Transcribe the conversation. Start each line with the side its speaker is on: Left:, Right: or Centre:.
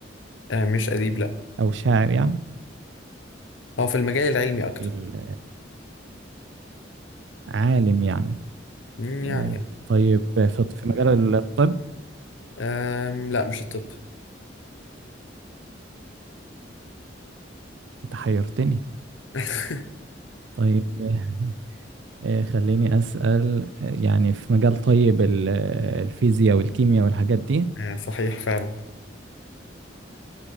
Left: آه مش أديب لا
Right: أو شاعر يعني
Left: هو في المجال العلمي أكتر
Right: ال- عالم يعني
Left: مم، يعني
Right: آه، طيب في في مجال الطب
Left: آم لا مش الطب
Right: أنت حيرتني
Left: <laughs>
Right: طيب <laughs> آه، خليني أسأل آه، يعني في مجال طيب ال- آه، الفيزياء والكيمياء والحاجات دي
Left: آه صحيح فعلا